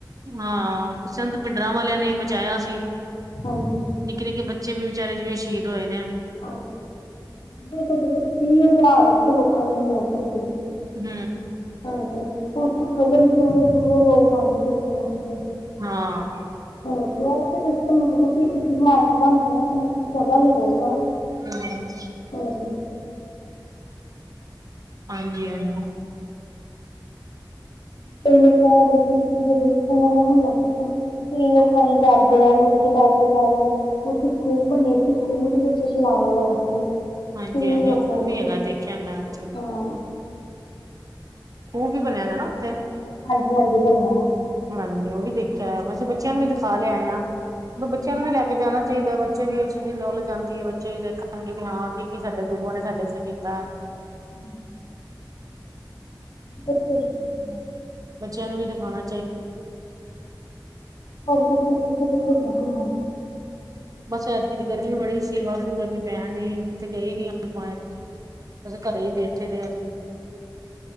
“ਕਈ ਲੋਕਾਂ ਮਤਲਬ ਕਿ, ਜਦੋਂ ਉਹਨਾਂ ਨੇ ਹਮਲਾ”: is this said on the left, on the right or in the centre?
Left